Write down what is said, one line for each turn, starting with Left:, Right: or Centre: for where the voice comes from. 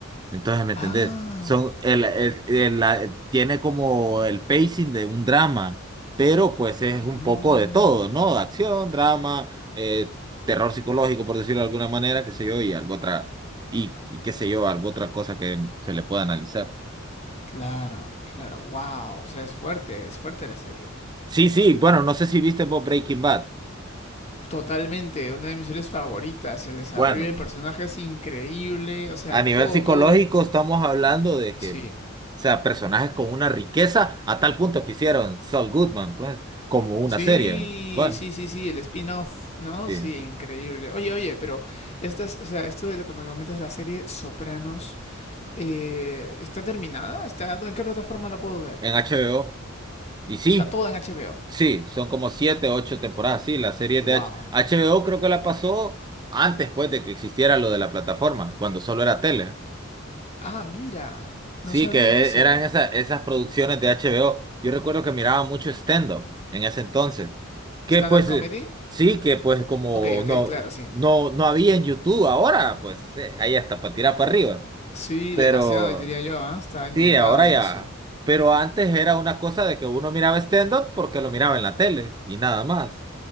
Right: Entonces, ¿me entendés?
Left: Ah.
Right: Son el, el- el- la- tiene como el pacing de un drama, pero pues es
Left: mm,
Right: un poco de todo, ¿no? Acción, drama, eh, terror psicológico, por decirlo de alguna manera, qué sé yo, y algo otra, y, y qué sé yo, algo otra cosa que se le pueda analizar.
Left: Claro, claro. Wow. O sea, es fuerte. Es fuerte la serie.
Right: Sí, sí, bueno, no sé si viste vos Breaking Bad.
Left: Totalmente. Una de mis series favoritas. El desarrollo
Right: Bueno,
Left: de personajes increíble. O sea,
Right: a nivel
Left: todo,
Right: psicológico
Left: todo
Right: estamos hablando de que,
Left: Sí,
Right: o sea, personajes con una riqueza a tal punto que hicieron Saul Goodman, pues, como una
Left: sí,
Right: serie. Bueno.
Left: sí, sí, sí, el spin-off, ¿no?
Right: sí.
Left: Sí, increíble. Oye, oye, pero estas, o sea, esto de lo que me comentas, la serie Sopranos, eh, ¿está terminada? ¿Está, ¿en qué plataforma la puedo ver?
Right: en HBO. Y sí,
Left: Está toda en HBO.
Right: sí, son como siete, ocho temporadas. Sí, la serie
Left: Wow.
Right: de H- HBO creo que la pasó antes, pues, de que existiera lo de la plataforma, cuando solo era tele.
Left: Ah, mira,
Right: Sí,
Left: no sabía
Right: que e-
Left: eso.
Right: eran esa- esas producciones de HBO. Yo recuerdo que miraba mucho stand-up en ese entonces. Que
Left: ¿Stand-up
Right: pues,
Left: comedy?
Right: eh, sí, que pues como
Left: Ok, ok,
Right: no,
Left: claro, sí.
Right: no, no había en YouTube ahora, pues eh, ahí hasta para tirar para arriba.
Left: Sí,
Right: Pero.
Left: demasiado diría yo, ¿ah? Está inundado
Right: Sí, ahora
Left: de
Right: ya.
Left: eso.
Right: Pero antes era una cosa de que uno miraba stand-up porque lo miraba en la tele y nada más.